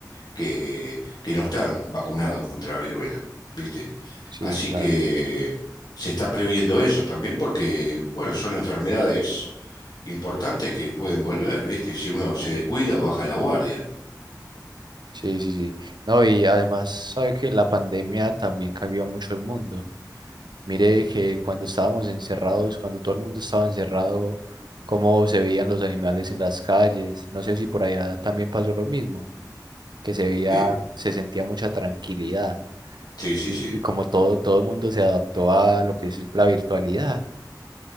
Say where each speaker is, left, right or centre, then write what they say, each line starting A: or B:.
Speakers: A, on the left; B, on the right.
A: que, que no están vacunados contra la viruela, ¿viste?
B: Sí,
A: Así
B: claro.
A: que se está previendo eso también porque, bueno, son enfermedades importantes que pueden volver, ¿viste? Si uno se descuida o baja la guardia.
B: Sí, sí, sí. No, y además, sabe que la pandemia también cambió mucho el mundo. Mire que cuando estábamos encerrados, cuando todo el mundo estaba encerrado, cómo se veían los animales en las calles. No sé si por allá también pasó lo mismo, que se veía,
A: Sí,
B: se sentía mucha tranquilidad
A: sí, sí,
B: y,
A: sí,
B: y como todo, todo el mundo se adaptó a lo que es la virtualidad.